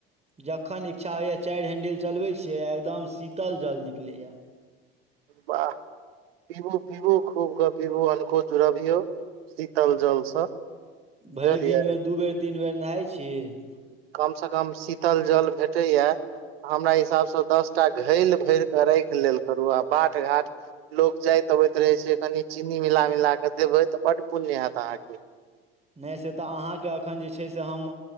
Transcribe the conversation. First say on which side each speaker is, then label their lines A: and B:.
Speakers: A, on the right; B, on the right.
A: जखन इच्छा होइए। चारि हेंडल चलबे छियै एकदम शीतल जल निकले या।
B: वाह पिबू पिबू खूबके पिबू हलको जुड़बियौ शीतल जलसँ।
A: भरि
B: बुझलियै
A: दिन मे दू बेर तीन बेर हइ छीिय <unintelligible>
B: कमसँ कम शीतल जल भेटैए हमरा हिसाबसँ दस टा घैल भरि कऽ राखि लेल करू आ बाट घाट लोक जाइत अबैत रहै छै कनि चीनी मिला मिला कऽ देबै तऽ बड्ड पुण्य हैत अहाँके।
A: नहि से तऽ अहाँके एखन जे छै से हम